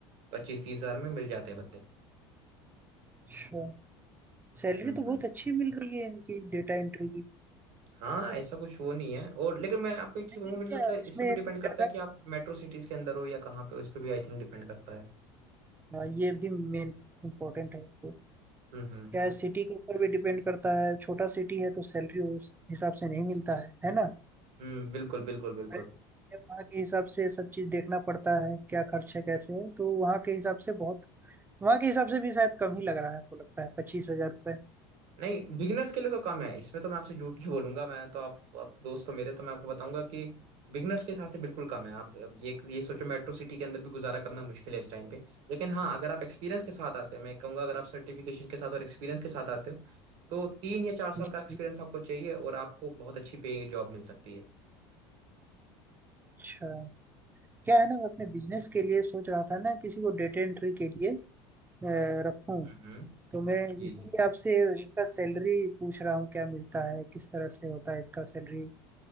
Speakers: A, on the right (about 65°); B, on the right (about 15°).
A: पच्चीस तीस हजार में मिल जाते हैं बंदे
B: अच्छा सैलरी
A: हम्म
B: तो बहुत
A: हम्म
B: अच्छी मिल रही है इनकी डेटा एंट्री की
A: हाँ ऐसा कुछ वो नहीं है और लेकिन मैं आपको एक चीज
B: लेकिन
A: कहूंगा मुझे
B: क्या
A: लगता है
B: इसमें
A: इस पे भी डिपेंड
B: कुछ ज्यादा
A: करता है कि आप मेट्रो सिटीज के अंदर हो या कहाँ पे हो इस पे भी आई थिंक डिपेंड करता है
B: हाँ, ये भी मेन इम्पोर्टेंट है तो
A: हम्म हम्म
B: क्या सिटी के ऊपर भी डिपेंड करता है छोटा सिटी है तो सैलरी उस हिसाब से नहीं मिलता है है ना
A: हम्म बिल्कुल बिल्कुल बिल्कुल
B: बड़े city में वहाँ के हिसाब से सब चीज देखना पड़ता है क्या खर्च है कैसे है तो वहाँ के हिसाब से बहुत वहाँ के हिसाब से भी शायद कम ही लग रहा है हमको लगता है पच्चीस हजार रुपये
A: नहीं बिगिनर्स के लिए तो कम है इसमें तो मैं आपसे झूठ नहीं बोलूंगा मैं तो आप, आप दोस्त हो मेरे तो मैं आपको बताऊंगा कि बिगिनर्स के हिसाब से बिल्कुल कम है आप ये ये सोचो मेट्रो सिटी के अंदर भी गुजारा करना मुश्किल है इस टाइम पे लेकिन हाँ अगर आप एक्सपीरियंस के साथ आते हो मैं कहूंगा अगर आप सर्टिफिकेशन के साथ और एक्सपीरियंस के साथ आते हो तो तीन या चार साल
B: जी
A: का एक्सपीरियंस
B: जी
A: आपको चाहिए और आपको बहुत अच्छी पे जॉब मिल सकती है
B: अच्छा क्या है ना मैं अपने बिजनेस के लिए सोच रहा था ना किसी को डेटा एंट्री के लिए अ, रखूं
A: हम्म
B: तो मैं
A: जी
B: इसीलिए
A: जी
B: आपसे इसका सैलरी पूछ रहा हूँ क्या मिलता है किस तरह से होता है इसका सैलरी